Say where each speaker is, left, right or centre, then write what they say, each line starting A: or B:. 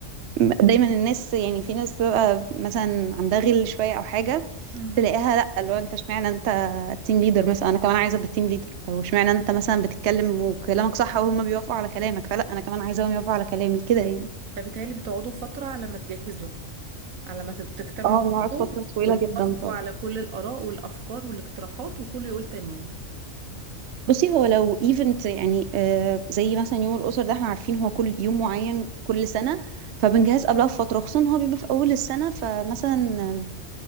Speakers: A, on the right; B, on the right.
A: دايما الناس يعني في ناس بتبقى مثلا عندها غل شويه او حاجه
B: مم.
A: تلاقيها لا اللي هو انت اشمعنى انت تيم ليدر مثلا انا كمان عايزه ابقى تيم ليدر او اشمعنى انت مثلا بتتكلم وكلامك صح وهم بيوافقوا على كلامك فلا انا كمان عايزاهم يوافقوا على كلامي كده يعني
B: فبالتهيألي بتقعدوا فترة على ما تجهزوا على ما تت- تجتمعوا
A: اه بنقعد
B: كلكم
A: فترة طويلة
B: وتوافقوا
A: جدا طبعا
B: على كل الآراء والأفكار والاقتراحات وكله يقول تمام
A: بصي هو لو ايفنت يعني آه زي مثلا يوم الأسر ده احنا عارفين هو كل يوم معين كل سنة فبنجهز قبلها بفترة خصوصا إن هو بيبقى في أول السنة فمثلا آه،